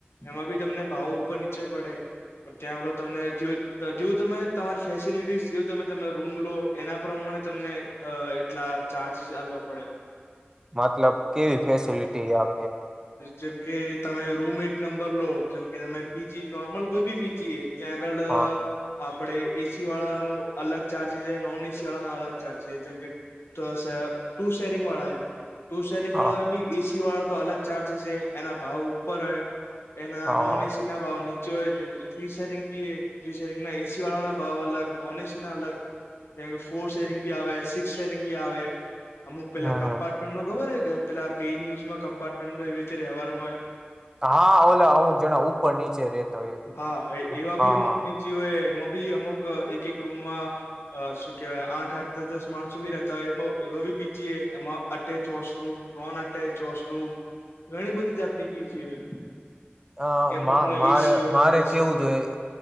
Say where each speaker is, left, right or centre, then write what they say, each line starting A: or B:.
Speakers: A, on the left; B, on the right.
A: એમાં બી તમને ભાવો ઉપર નીચે પડે પણ ત્યાં વગર તમને જેવું તમે તમારી ફેસિલિટી જેવું તમે તમે રૂમ લો એના પ્રમાણે પણ તમને એટલા ચાર્જ ચાલવા પડે
B: મતલબ કેવી ફેસિલિટી આ
A: જેમકે તમે રૂમ એક નંબર લો જેમકે તમે પીજી નોર્મલ કોઈ ભી બીજીીએ ત્યા આગ આપ
B: હા
A: આપે એસી વાળા ન અલગ ચાર્જસ નોન એસી વાળા ન અલગ ચાર્જસ જેમ કે તો ટુ શેરિંગ વાળા હ ટુ શેરિંગ
B: હા
A: વાળા બી એસી વાળા તો અલગ ચાર્જિસ છે એના ભાવ ઉપર હોય એના
B: હા
A: નોન એસી ના ભાવની ચ થ્રી સેરિંગ બી એ થ્રી સેરિંગ ના એસી વાળા ના ભાવ અલગ નોન એસી ના અલગ જેમ કે ફોર્ શેરિંગ ભી આવે સિક્સ શેરિંગ ભી આવે અમુક પેલા
B: હમ
A: કમ્પ્ટમેન્ટમાં
B: હમ.
A: ખબર છે કે પેલા પેુઝ કમ્પાર્ટમેન્ટમાં એવી રીતે રહેવાનું હોય
B: હા ઓલા અમુક જણા ઉપર નીચે રેતા હોય એવી
A: હા
B: રીતે
A: એવા
B: હા
A: બી અમુક પીજીઓ એ એમાં બી અમુક એક એક રૂમમાં શું કેહેવાય આઠ આઠ દસ દસ માણસો બી રતા હોય એવા બી બીજીએ એમાં attach washroom non attach washroom મ ઘણી બધી જાત પીજીી હોય
B: અ
A: એ અમુકમાં
B: મારે
A: એસી હોય
B: મારે
A: નોન એસી
B: કેવું
A: બી
B: જોઈએ
A: હોય